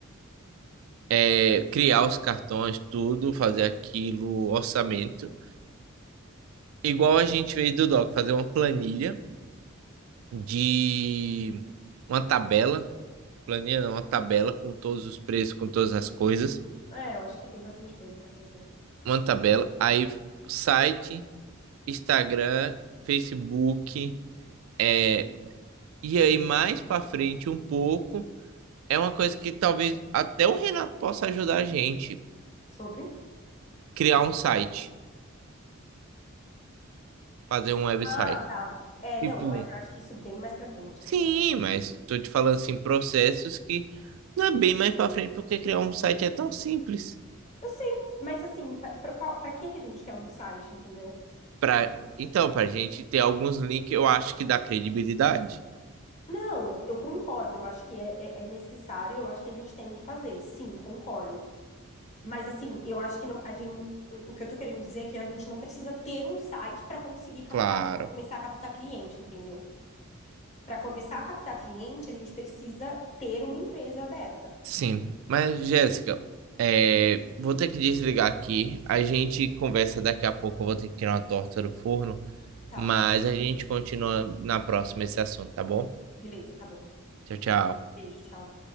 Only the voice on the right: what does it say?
é, criar os cartões, tudo, fazer aquilo, orçamento. Igual a gente fez do Doc, fazer uma planilha de uma tabela, planilha não, uma tabela com todos os preços, com todas as coisas,
uma tabela, aí site, Instagram, Facebook, é, e aí mais para frente um pouco, é uma coisa que talvez até o Renato possa ajudar a gente,
criar um site, fazer um website.
Tipo,
um,
sim,
mas tô te falando assim, processos que não é bem mais para frente porque criar um site é tão simples.
Pra... Então, pra gente ter alguns links, eu acho que dá credibilidade.
Claro.
Sim. Mas, Jéssica, é, vou ter que desligar aqui. A gente conversa daqui a pouco. Eu vou ter que tirar uma torta do forno.
Mas a gente continua na próxima esse assunto, tá bom?
Tchau, tchau.